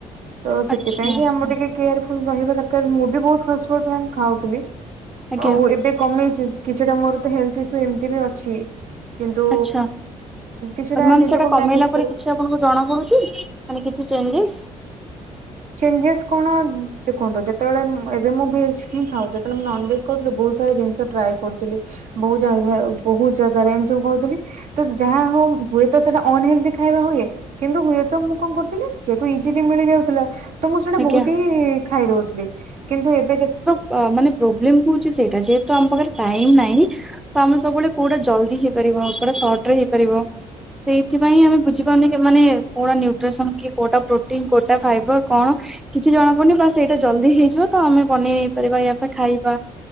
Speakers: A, on the right; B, in the centre.
A: ତ ସେଥିପାଇଁ
B: ଆଚ୍ଛା
A: ଯେ
B: ଆଚ୍ଛା।
A: ଆମ ଟିକେ କେୟାରଫୁଲ ରହିବା ଦରକାର ମୁଁ ବି ବହୁତ ଫାଷ୍ଟ ଫୁଡ ମ ଖାଉଥିଲି
B: ଆଜ୍ଞା
A: ଆଉ ଏବେ କମେଇଛି। କିଛିଟା ମୋର ତ ହେଲ୍ଥ ଇସ୍ୟୁ ଏମିତି ବି ଅଛି। କିନ୍ତୁ
B: ଆଚ୍ଛା
A: କିଛିଟା
B: ମ୍ୟାମ୍
A: ନିଜକୁ
B: ସେଟା କମେଇଲା
A: ମ୍ୟାନେଜ
B: ପରେ
A: କରିବା।
B: କିଛି ଆପଣଙ୍କୁ ଜଣା ପଡୁଛି ମାନେ କିଛି ଚେଞ୍ଜେସ୍?
A: ଚେଞ୍ଜେସ୍ କଣ ଦେଖନ୍ତୁ ଯେତେବେଳେ ଏବେ ମୁଁ ଭେଜ ହିଁ ଖାଉ ଯେତେବେଳେ ନନ୍ ଭେଜ୍ କହୁଥିଲୁ ବହୁତ ସାରା ଜିନିଷ ଟ୍ରାଏ କରୁଥିଲି ବହୁ ଜା ବହୁତ ଜାଗାରେ ଏମିତି ସବୁ କହୁଥିଲି ତ ଯାହା ହ ହୁଏ ତ ସେଇଟା ଅନହେଲଦି ଖାଇବା ହୁଏ କିନ୍ତୁ ହୁଏତ ମୁଁ କଣ କରୁଥିଲି ଯେହେତୁ ଇଜିଲି ମିଳି ଯାଉଥିଲା ତ ମୁଁ ସେଇଟା
B: ଆଜ୍ଞା।
A: ବହୁତ ହି ଖାଇଦଉଥିଲି କିନ୍ତୁ ଏବେ
B: ଅ ମାନେ ପ୍ରୋବ୍ଲେମ କହୁଛି ସେଇଟା ଯେହେତୁ ଆମ ପାଖରେ ଟାଇମ୍ ନାହିଁ ତ ଆମେ ସବୁବେଳେ କୋଉଟା ଜଲଦି ହେଇପାରିବ କୋଉଟା ସର୍ଟ ରେ ହେଇପାରିବ ସେଇଥିପାଇଁ ଆମେ ବୁଝିପାରୁନି ମାନେ କୋଉଟା ନ୍ୟୁଟ୍ରସନ କି କୋଉଟା ପ୍ରୋଟିନ କୋଉଟା ଫାଇବର କଣ କିଛି ଜଣା ପୁନି ବା ସେଇଟା ଜଲଦି ହେଇଯିବ ତ ଆମେ ବନେଇ ନେଇେଇ ପାରିବା ୟା ପାଇଁ ଖାଇବା